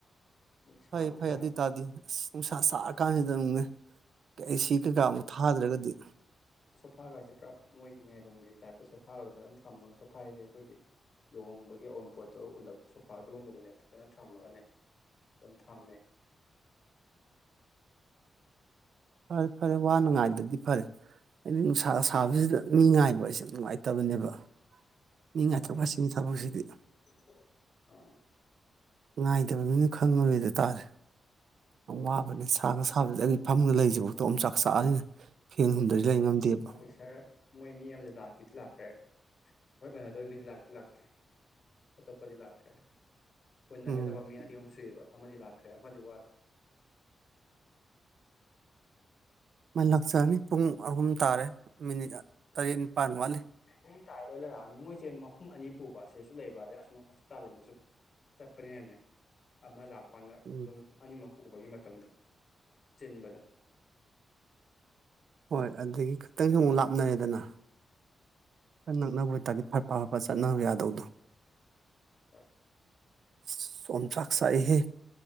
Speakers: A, on the left; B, on the right.
A: ꯁꯥꯕꯨꯗꯤ
B: ꯐꯩ ꯐꯩ
A: ꯁꯥꯗ꯭ꯔꯦ
B: ꯑꯗꯨꯏ ꯇꯥꯗꯤ ꯑꯁ ꯅꯨꯡꯁꯥ ꯁꯥꯔ ꯀꯥꯟꯖꯤꯗ ꯑꯃꯨꯛꯅꯦ ꯑꯦ ꯁꯤ ꯀꯩꯀꯥ ꯑꯃꯨꯛ ꯊꯥꯗ꯭ꯔꯒꯗꯤ
A: ꯁꯣꯐꯥꯒꯥꯁꯦ ꯄꯨꯔꯥꯞ ꯃꯣꯏꯒꯤ ꯉꯥꯏꯕꯝꯒꯤ ꯇꯥꯏꯞꯇ ꯁꯣꯐꯥꯒꯥꯗꯣ ꯐꯖꯅ ꯊꯝꯃꯒ ꯁꯣꯐꯥ ꯍꯥꯏꯖꯦ ꯑꯩꯈꯣꯏꯒꯤ ꯂꯨꯍꯣꯡꯕꯒꯤ ꯑꯋꯨꯟꯄꯣꯠꯇꯣ ꯎꯟꯂꯛꯄ ꯁꯣꯐꯥ ꯑꯗꯨꯒꯨꯝꯕꯗꯨꯅꯦ ꯐꯖꯅ ꯊꯝꯃꯒꯅꯦ ꯑꯗꯨꯝ ꯐꯝꯃꯦ
B: ꯐꯔꯦ ꯐꯔꯦ ꯋꯥꯅ ꯉꯥꯏꯗꯗꯤ ꯐꯔꯦ ꯑꯩꯗꯤ ꯅꯨꯡꯁꯥ ꯁꯥꯕꯖꯤꯗ ꯃꯤ ꯉꯥꯏꯕ ꯍꯥꯏꯁꯦ ꯌꯥꯝ ꯅꯨꯡꯉꯥꯏꯇꯕꯅꯦꯕ ꯃꯤ
A: ꯍꯣꯏ
B: ꯉꯥꯏꯊꯣꯛ
A: ꯍꯣꯏ
B: ꯉꯥꯏꯁꯤꯟ ꯊꯕꯛꯁꯤꯗꯤ
A: <inaudible>
B: ꯉꯥꯏꯗꯕ ꯃꯤꯅ ꯈꯪꯉꯔꯣꯏꯗꯣ ꯇꯥꯥꯔꯦ ꯌꯥꯝ ꯋꯥꯕꯅꯦ ꯁꯥꯒ ꯁꯥ ꯊꯥꯕꯖꯤꯗ ꯑꯩꯒꯤ ꯐꯝꯃꯒ ꯂꯩꯕꯖꯤꯐꯥꯎ ꯑꯣꯝꯆꯥꯛ ꯆꯥꯛ ꯑ ꯐꯦꯟ ꯍꯨꯝꯗ꯭ꯔꯗꯤ ꯂꯩ ꯉꯝꯗꯦꯕ
A: ꯄꯦꯁꯔ ꯃꯣꯏ ꯃꯤ ꯑꯃꯗꯤ ꯂꯥꯛꯇꯤ ꯂꯥꯛꯈ꯭ꯔꯦ <unintelligible> ꯃꯤꯗꯤ ꯂꯥꯛꯇꯤ ꯂꯥꯛꯇ꯭ꯔꯤ ꯑꯇꯣꯞꯄꯗꯤ ꯂꯥꯛꯈ꯭ꯔꯦ ꯎꯟꯅꯒꯗꯕ
B: ꯎꯝ
A: ꯃꯤ ꯑꯅꯤ ꯑꯍꯨꯝ ꯁꯨꯏꯌꯦꯕ ꯑꯃꯗꯤ ꯂꯥꯛꯈ꯭ꯔꯦ ꯑꯃꯗꯤ ꯋꯥꯠꯂꯤ
B: ꯃꯥꯏꯅ ꯂꯥꯛꯆꯔꯅꯤ ꯄꯨꯡ ꯑꯍꯨꯝ ꯇꯥꯔꯦ ꯃꯤꯅꯤꯠ ꯇꯔꯦꯠ ꯅꯤꯄꯥꯟ ꯋꯥꯠꯂꯤ
A: ꯄꯨꯡ ꯇꯥꯔꯦ ꯂꯣꯏ ꯂꯥꯛꯑꯅꯤ ꯃꯣꯏꯁꯦ ꯃꯐꯝ ꯑꯅꯤ ꯄꯨꯕ ꯁꯤꯁꯨ ꯂꯩꯕ ꯑꯗꯩ ꯑꯁꯣꯝ ꯍꯣꯁꯄꯤꯇꯥꯜ ꯂꯣꯝꯗꯁꯨ ꯆꯠꯄꯅꯤꯅꯅꯦ ꯑꯃ ꯂꯥꯛꯄꯀꯥꯟꯗ
B: ꯎꯝ
A: ꯑꯗꯨꯝ ꯑꯅꯤꯃꯛ ꯄꯨꯕꯒꯤ ꯃꯇꯝꯗꯣ ꯆꯤꯟꯕꯗꯣ
B: ꯍꯣꯏ ꯑꯗꯨꯗꯒꯤ ꯈꯤꯇꯪꯖꯨ ꯑꯃꯨꯛ ꯂꯥꯞꯅꯔꯦꯗꯅꯥ ꯈꯔ ꯅꯛꯅꯕ ꯑꯣꯏꯇꯥꯗꯤ ꯐꯕꯥ ꯄꯥꯕ ꯆꯠꯅꯕ ꯌꯥꯗꯧꯗꯣ
A: ꯍꯣꯏ
B: ꯑꯁꯁ ꯑꯣꯝꯆꯥꯛ ꯆꯥꯛꯑꯦꯍꯦ